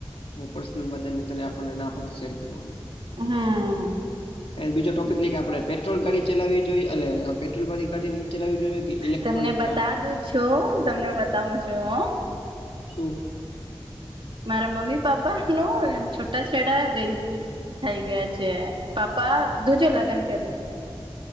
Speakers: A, on the left (about 80°); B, on the right (about 60°).
A: પર્સનલત એની ત આપણને ના પણ શેર કરવાની
B: હમ
A: એ બીજો ટોપિક લે કે આપણે પેટ્રોલ ગાડી ચલાવી જોઈએ અને આ પેટ્રોલ વાડી ગાડી નીચ ચલાવવી જોઈએ કે ઇલેક્ટ્રોનિક
B: તમને બતા
A: કાર
B: દું છું તમને બતાવું છું હું
A: શું
B: મારા મમ્મી પાપાનું છૂટા છેડા ગય થઈ ગયા છે પાપા દુજો લગ્ન કરી દયા.